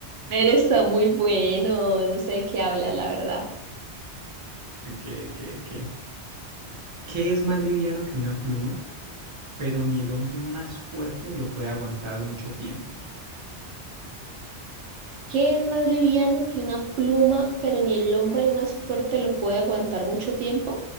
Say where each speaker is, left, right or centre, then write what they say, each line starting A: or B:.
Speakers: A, on the right (about 85°); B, on the right (about 35°).
A: Pero está muy bueno, no sé de qué habla, la verdad.
B: Ok, ok, ok. ¿Qué es más liviano que una pluma, pero ni el hombre más fuerte lo puede aguantar mucho tiempo?
A: ¿Qué es más liviano que una pluma, pero ni el hombre más fuerte lo puede aguantar mucho tiempo?